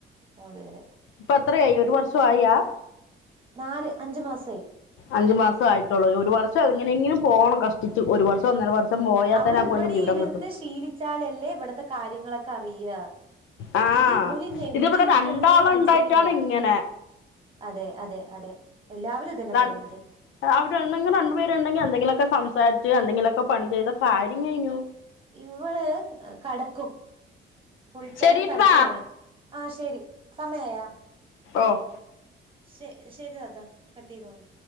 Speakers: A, on the right; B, on the left.
A: പോണത് വരെ
B: പ്പ എത്രയായി ഒരു വർഷൊആയാ
A: നാല് അഞ്ച്മാസായി
B: അഞ്ച് മാസ ആയിട്ടുള്ളൂ ഒരു വർഷം എങ്ങനെങ്കിലും പോണം കഷ്ട്ടിച്ച് ഒരു വർഷം ഒന്നര വർഷം പോയാൽ
A: അവ്ള്
B: തന്നെ ആ
A: ഇവിടെ
B: പെണ്ണ് വിവരം
A: ഇരുന്ന്
B: കിട്ടും
A: ശീലിച്ചാലല്ലേ ഇവടത്തെ കാര്യങ്ങളൊക്കെ അറിയ
B: ആ
A: ഇത് ഇവ്ളില്ലേ ഇവിടെ
B: ഇതിവിടെ
A: ഇരിക്കണന്നുള്ള
B: രണ്ടാളുണ്ടായിട്ടാണ്
A: മൈൻ സെറ്റ് ഇല്ല
B: ഇങ്ങനെ
A: അതെ അതെ അതെ എല്ലാവരും ഇതന്നെ
B: നട്
A: പറയണത്
B: അവ്ടെണ്ടെങ്കി രണ്ടു പേര്ണ്ടെങ്കി എന്തെങ്കിലൊക്കെ സംസാരി ച്ച് എന്തെങ്കിലൊക്കെ പണി ചെയ്ത കാര്യം കയ്ഞ്ഞു
A: ഇവള് കടക്കും ഫുൾടൈം
B: ശരിട്ടാ
A: കടത്തോണ് ആഹ ശരി സമയായാ
B: ഓഹ്
A: ശേ ശരിതാത്താ കട്ടെയ്തോളി